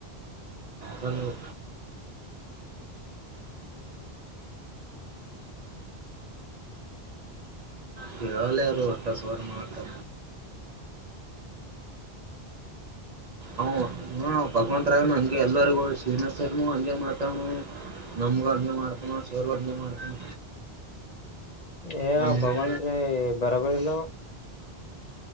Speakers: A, on the right; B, on the left.
A: ಬಂದ್ವಿ ಕೇಳಲ್ಲ ಇವರು ಸರ್ ಮಾತು ಅವ್ ಇವ ಭಗವಂತ್ ರಾಯ್ನು ಹಗೆ ಎಲ್ಲರಿಗೂ ಶ್ರೀನಾಥ್ ಸರ್ನು ಹಂಗೆ ಮಾತಾನು ನಮ್ಗೂ ಹಂಗೆ ಮಾಡ್ತಾನ ಸರ್ ಗೆ ಹಂಗೆ ಮಾಡ್ತಾನ
B: ಏ
A: ಅವನಿಗೆ
B: ಭಗವತ್ರಿ ಬರಬರಿ ಇಲ್ಲ ಅವನು